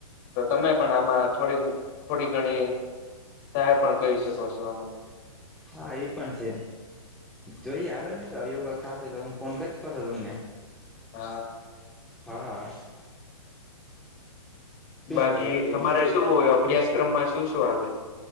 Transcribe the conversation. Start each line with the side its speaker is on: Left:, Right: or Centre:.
Left: તો તમે પણ આમાં થોડી થોડી ઘણી સહાય પણ કરી શકો છો આમાં.
Centre: હા એ પણ છે. જોઈ હાલો ને તો એવું થશે તો હું ફોન કરીશ પાછો તમને.
Left: હા
Centre: હા શું
Left: બાકી
Centre: હાલે બધું
Left: તમારે શુંય અભ્યાસક્રમમાં શું શું હાલે